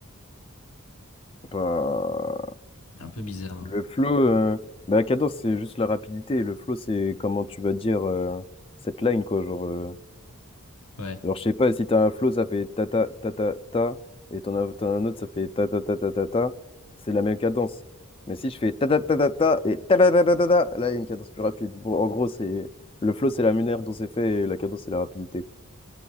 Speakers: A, on the left; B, on the left.
A: Bah,
B: Un peu bizarre, hein.
A: Le flow, euh, bah, la cadence, c'est juste la rapidité. Et le flow, c'est comment tu vas dire euh, cette line, quoi. Genre, euh,
B: Ouais.
A: genre, je sais pas, si t'as un flow, ça fait ta ta ta ta ta. Et t'en as, t'en as un autre, ça fait ta ta ta ta ta ta. C'est la même cadence. Mais si je fais ta ta ta ta ta et ta ta ta ta ta, ta, là, il y a une cadence plus rapide. Bon, en gros, c'est le flow, c'est la manière dont c'est fait et la cadence, c'est la rapidité. quoi.